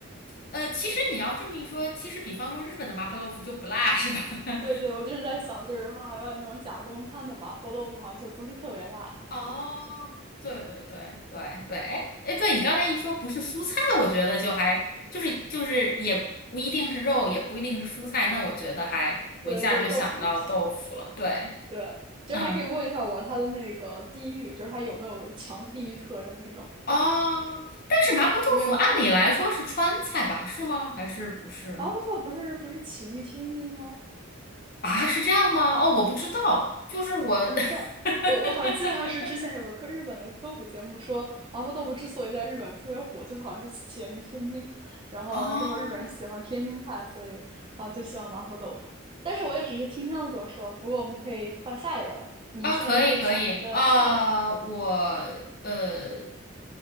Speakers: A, on the left; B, on the right.
A: 呃，其实你要这么一说，其实比方说日本的麻婆豆腐就不辣是吧？<laughs>
B: 对对，我就是在想，就是和海外那种假中餐的麻婆豆腐好像就不是特别辣。
A: 哦，对对对对对，哎哎，对你刚才一说不是蔬菜，我觉得就还就是就是也不一定是肉，也不一定是蔬菜，那我觉得还我一下就想到豆腐了，
B: 对，就是豆制品。
A: 对。
B: 对，其实还可以问一下我它的那个地域，
A: 嗯，
B: 就是它有没有强地域特征这种。
A: 哦，但是麻婆豆腐按理来说是川菜吧？
B: 对，因为麻婆
A: 是吗？还是不是？
B: 麻婆豆腐不是不是起源于天津吗？
A: 啊，是这样吗？哦，我不知道，就是我，<laughs>
B: 哦没事儿，
A: 哈哈
B: 我我好像记得它是之前有个科日本的科普节目说，
A: 哈
B: 麻婆豆腐之所以在日本特别火，就是好像是起源于天津，然后完了之后日本人喜欢天津菜，
A: 哦，
B: 所以啊就喜欢麻婆豆腐。但是我也只是听他们怎么说，不过我们可以换下一轮了。
A: <laughs>
B: 你现在可以想一个菜了。
A: 啊，可以可以，啊，我呃，